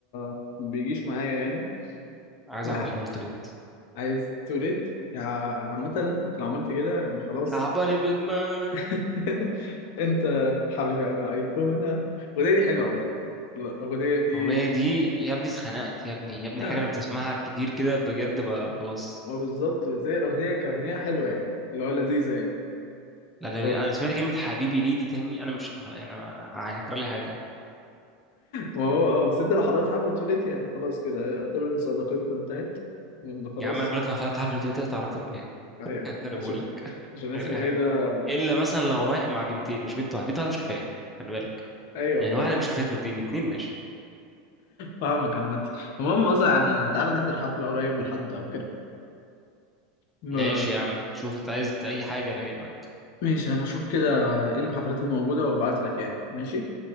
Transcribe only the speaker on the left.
ما بيجيش معايا يعني
لا
عايز توليت يعني عامة انت لو عملت كده يعني خلاص
<laughs> انت حبيبي انا ايقونة الأغنية دي حلوة عامة الأغنية دي
<laughs>
ما بالظبط زي الأغنية كأغنية حلوة يعني اللي هو لذيذة يعني
اه.
ما هو اه بس انت لو حضرت حفلة توليت يعني خلاص كده اعتبر ان صداقتنا انتهت لأن خلاص
ايوه
عشان
عشان اسمه
ايه
ده
ايوه
فاهم
فاهمك عامة المهم قصدي انا تعالى نحضر حفلة قريب لحد او كده ما-
ماشي انا اشوف كده ايه الحفلات الموجودة وابعت لك يعني ماشي